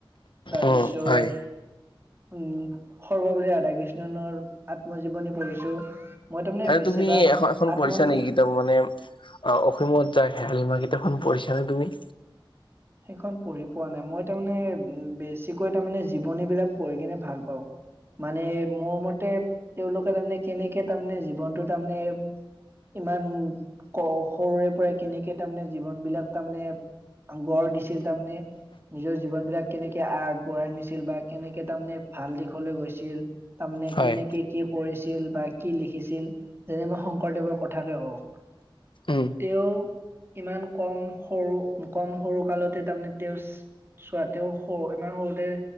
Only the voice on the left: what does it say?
উম হয়
আৰু
তুমি এ এখন
পঢ়িছা নেকি কিতাপ মানে অ অসীমত যাৰ হেৰাল সীমা কিতাপ খন পঢ়িছানে তুমি?
হয়
উম